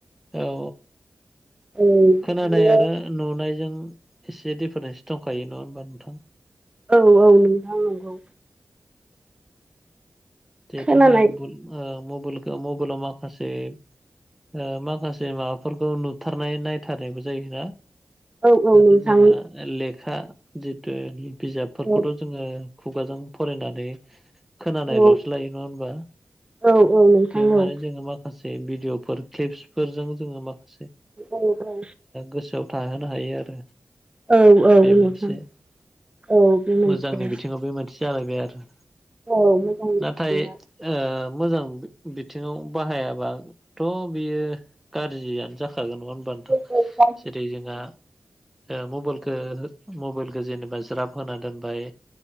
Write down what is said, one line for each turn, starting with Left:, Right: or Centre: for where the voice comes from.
Centre: औ
Right: औ बिदिनो
Centre: खोनानायानो नुनायजों एसे डिफारेन्स दंखायो नङा होमबा नोंथां
Right: औ औ नोंथां नंगौ
Centre: जिहेथु
Right: खोनानाय
Centre: जोंहा मबाइल ओ मबाइलाव माखासे ओ माखासे माबाफोरखौ नुथारनाय नायथारनायबो जायोना
Right: औ औ
Centre: आरो
Right: नोंथां
Centre: जोंहा लेखा जितु बिजाबफोरखौथ'
Right: औ
Centre: जोङो खुगाजों फरायनानै खोनानायल'सो
Right: औ
Centre: लायो नङा होनबा
Right: औ औ नोंथां
Centre: बेयाव माने
Right: औ
Centre: जोङो मा माखासे भिडिअफोर क्लिप्सफोरजों जोङो माखासे
Right: औ औ
Centre: गोसोआव थाहोनो हायो आरो
Right: औ औ
Centre: बे
Right: नोंथां
Centre: मोनसे
Right: औ बे मोनसे
Centre: मोजांनि बिथिङाव बे मोनसे जालायबाय आरो
Right: औ मोजांनि
Centre: नाथाय
Right: बिथिङा
Centre: ओ मोजां बिथिङाव बाहायाबाथ' बियो गाज्रि जाखागोन नङा होमबा
Right: औ
Centre: नोंथां
Right: औ औ
Centre: जेरै जोंहा मबाइलखौ मबाइलखौ जेनेबा ज्राब होना दोनबाय